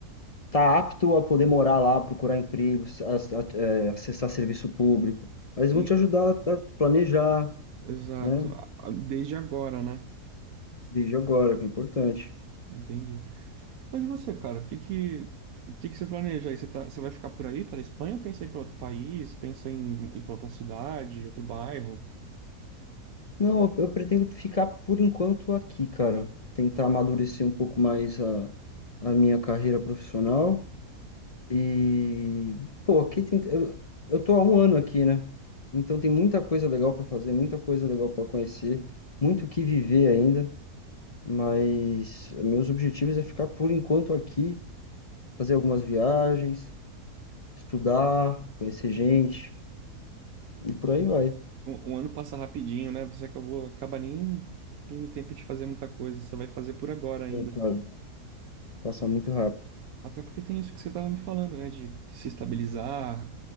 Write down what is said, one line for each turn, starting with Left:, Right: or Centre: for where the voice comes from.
Left: tá apto a poder morar lá, procurar emprego, se- a- a- é, acessar serviço público.
Right: sim,
Left: Mas vão te ajudar a planejar,
Right: exato.
Left: né?
Right: A- a- Desde agora, né?
Left: Desde agora, que é importante.
Right: Entendi. Mas e você, cara? O que que, o que que você planeja aí? Você tá, você vai ficar por aí, pela Espanha, ou pensa em ir para outro país? Pensa em ir para outra cidade, outro bairro?
Left: Não, eu, eu pretendo ficar por enquanto aqui, cara. Tentar amadurecer um pouco mais a, a minha carreira profissional. E, pô, aqui tem. Eu, eu tô há um ano aqui, né? Então tem muita coisa legal pra fazer, muita coisa legal pra conhecer, muito o que viver ainda. Mas meus objetivos é ficar por enquanto aqui, fazer algumas viagens, estudar, conhecer gente, e por
Right: Entendi.
Left: aí vai.
Right: Um, um ano passa rapidinho, né? Você acabou, acaba nem tendo tempo de fazer muita coisa, você vai fazer por agora ainda.
Left: Sim, cara, passa muito rápido.
Right: Até porque tem isso que você estava me falando, né? De se estabilizar,